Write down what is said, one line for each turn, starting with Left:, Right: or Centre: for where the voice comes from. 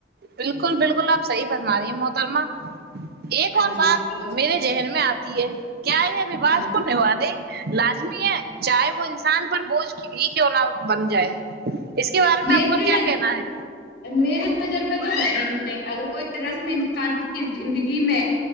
Right: بالکل بالکل آپ صحیح فرم رہی ہیں محترمہ ایک
Left: ہاں
Right: اور
Left: جی
Right: بات
Left: بالکل
Right: میرے ذہن میں آتی ہے کیا ہے ا رواس
Left: ہاں
Right: کون نہیںو نہیں لازمی ہے چاہے وہ انسان پر بوجھ ہی کیوں نہ بن جائے اس کے بارے
Left: میری
Right: میں آپ کا کیا
Left: ن
Right: کہنا ہے
Left: میری نظر میں تو جی نہیں اگر کوئی رسم شان زندگی میں